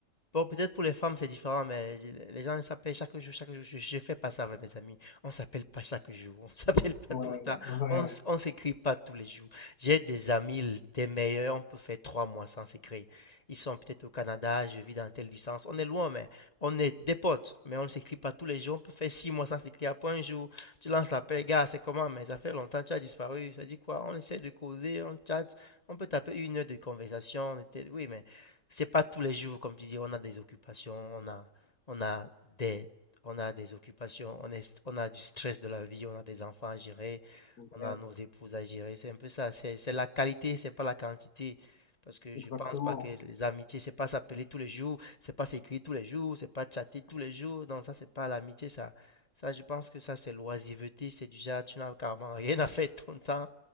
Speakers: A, on the left; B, on the left.
A: Bon, peut-être pour les femmes c'est différent, mais les gens ils s'appellent chaque jour, chaque jour. Je, je fais pas ça avec mes amis. On s'appelle pas chaque jour, on <laughs> s'appelle pas
B: ouais,
A: tout le temps,
B: ouais,
A: on, s- on s'écrit pas tous les jours. J'ai des amis, l- des meilleurs, on peut faire trois mois sans s'écrire. Ils sont peut-être au Canada, je vis dans telle distance. On est loin, mais on est des potes, mais on ne s'écrit pas tous les jours. On peut faire six mois sans s'écrire. Après un jour, tu lances l'appel, gars, c'est comment? Mais ça fait longtemps, tu as disparu. Ça dit quoi? On essaie de causer, on chatte, on peut taper une heure de conversation. on était- Oui, mais c'est pas tous les jours, comme tu dis, on a des occupations, on a, on a des, on a des occupations, on est, on a du stress de la vie, on a des enfants à gérer,
B: ouais,
A: on a nos épouses à gérer. C'est un peu ça. C'est, c'est la qualité, c'est pas la quantité. Parce que
B: exactement,
A: je pense pas que les amitiés, c'est pas s'appeler tous les jours, c'est pas s'écrire tous les jours, c'est pas chatter tous les jours. Non, ça, c'est pas l'amitié, ça. Ça, je pense que ça, c'est l'oisiveté. C'est déjà, tu n'as carrément rien à faire de ton temps.